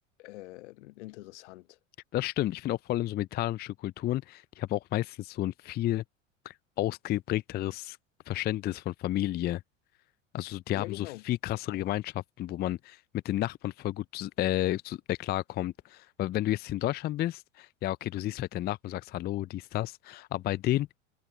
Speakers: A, on the left (about 65°); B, on the left (about 25°).
A: ähm, interessant.
B: Das stimmt. Ich finde auch vor allem so mediterranische Kulturen, die haben auch meistens so ein viel ausgeprägteres Verständnis von Familie. Also die
A: Ja,
B: haben
A: genau.
B: so viel krassere Gemeinschaften, wo man mit den Nachbarn voll gut zu- äh, zu- äh, klarkommt. Weil wenn du jetzt hier in Deutschland bist, ja okay, du siehst vielleicht deinen Nachbarn und sagst Hallo, dies, das. Aber bei denen